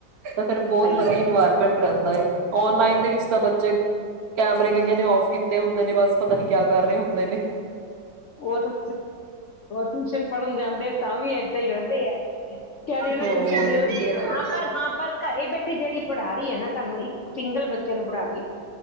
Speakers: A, on the right; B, on the left.
A: ਤਾ ਫਿਰ ਬਹੁਤ
B: ਸਹੀ
A: ਵਧੀਆ
B: ਗੱਲ
A: ਇਨਵਾਰਮੈਂਟ ਤਨ ਦਾ ਈ ਔਨਲਾਈਨ ਦੇ ਵਿੱਚ ਤਾਂ ਬੱਚਾ ਜੇ ਕੈਮਰੇ ਕਈਆਂ ਨੇ ਆਫ ਕੀਤੇ ਹੁੰਦੇ ਨੇ ਬਸ ਪਤਾ ਨਹੀਂ ਕਿਆ ਕਰ ਰਹੇ ਹੁੰਦੇ ਨੇ
B: ਉਹ ਤਾਂ ਟਿਊਸ਼ਨ ਪੜ੍ਹਨ ਜਾਣੇ ਤੇ ਤਾਂ ਵੀ ਇਦਾਂ ਹੀ ਰਹਿੰਦੇ ਐ ਕਹਿ ਰਹੇ ਨੇ
A: ਹੋਰ
B: ਟਿਊਸ਼ਨ ਜ
A: ਕਿਆ
B: ਹਾਂ ਪਰ ਹਾਂ ਪਰ ਘਰੇ ਜਿਹੜੀ ਪੜਾ ਰਹੀ ਹੈ ਨਾ ਤੁਹਾਨੂੰ ਇੱਕ ਸਿੰਗਲ ਬੱਚੇ ਨੂੰ ਬੜਾ